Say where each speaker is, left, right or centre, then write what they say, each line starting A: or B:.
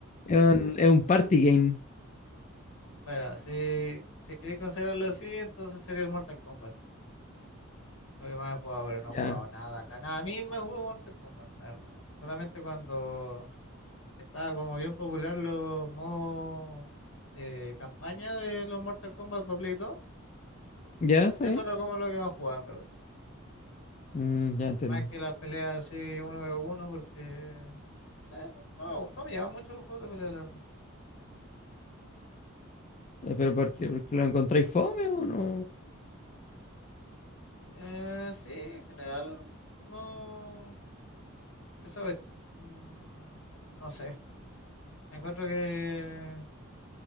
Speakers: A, on the left (about 35°); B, on the left (about 75°).
A: Es un, es un party game.
B: Bueno, si, si queréis considerarlo así, entonces sería el Mortal Kombat. Lo que más he jugado, pero no
A: Ya.
B: he jugado nada. La nada a mí me jugó Mortal Kombat, la verdad. Solamente cuando estaba como bien popular los modos eh, campaña de los Mortal Kombat para Play 2.
A: ¿Ya? ¿Sí?
B: Eso era como lo que más jugaba, en verdad.
A: Mm, ya entiendo.
B: Más que las peleas así uno v uno, porque no sé, no, no, no me llaman mucho los juegos de pelea, la verdad.
A: Eh, ¿Pero por qué? ¿Porque lo encontráis fome o no?
B: Eh, sí, en general, no. Eso mm, no sé. Encuentro que.